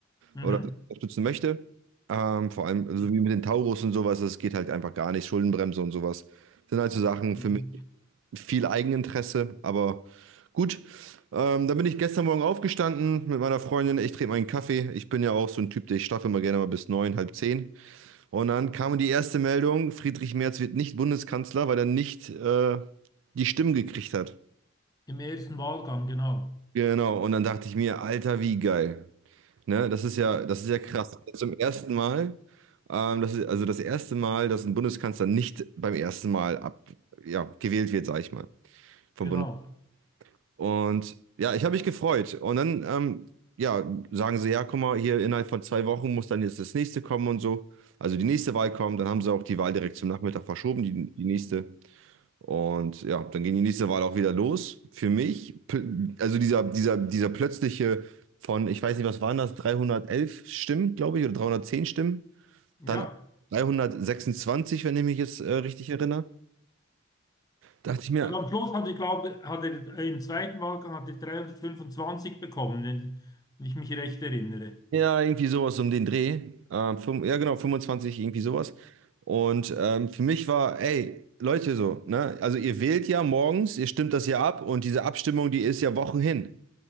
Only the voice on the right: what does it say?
oder unterstützen möchte. Ähm, vor allem so wie mit den Taurus und sowas, das geht halt einfach gar nicht. Schuldenbremse und sowas sind halt so Sachen
für mich. viel Eigeninteresse, aber gut. Ähm, dann bin ich gestern Morgen aufgestanden mit meiner Freundin. Ich trinke meinen Kaffee. Ich bin ja auch so ein Typ, der ich schlafe immer gerne mal bis neun, halb zehn. Und dann kam die erste Meldung: Friedrich Merz wird nicht Bundeskanzler, weil er nicht äh, die Stimmen gekriegt hat.
Genau. Und dann dachte ich mir, Alter, wie geil. Ne? Das ist ja, das ist ja krass. Zum ersten Mal, ähm, das ist also das erste Mal, dass ein Bundeskanzler nicht beim ersten Mal ab, ja, gewählt wird, sag ich mal, vom
Bundestag. Und ja, ich habe mich gefreut. Und dann, ähm, ja, sagen sie, ja, guck mal, hier innerhalb von zwei Wochen muss dann jetzt das nächste kommen und so. Also die nächste Wahl kommt, dann haben sie auch die Wahl direkt zum Nachmittag verschoben, die, die nächste. Und ja, dann ging die nächste Wahl auch wieder los. Für mich, pl- also dieser, dieser, dieser plötzliche von, ich weiß nicht, was waren das, 311 Stimmen, glaube ich, oder 310 Stimmen,
dann auf 326, wenn ich mich jetzt äh, richtig erinnere, dachte ich mir,
Ja, irgendwie sowas um den Dreh. Ähm, fünf, ja, genau, fünfundzwanzig irgendwie sowas. Und ähm, für mich war, ey, Leute, so, ne? Also ihr wählt ja morgens, ihr stimmt das ja ab und diese Abstimmung, die ist ja Wochen hin.